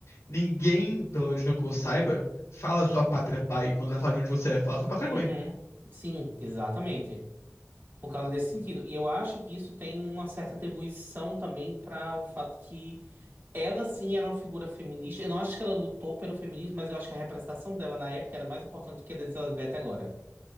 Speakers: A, on the left (about 85°); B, on the right (about 45°).
A: Ninguém, pelo menos não que eu saiba, fala sua pátria pai quando vai falar de onde você é, fala sua pátria
B: uhum,
A: mãe.
B: sim, exatamente. Por causa desse sentido. E eu acho que isso tem uma certa atribuição também para o fato que ela sim era uma figura feminista. Eu não acho que ela lutou pelo feminismo, mas eu acho que a representação dela na época era mais importante do que a da Elizabeth agora.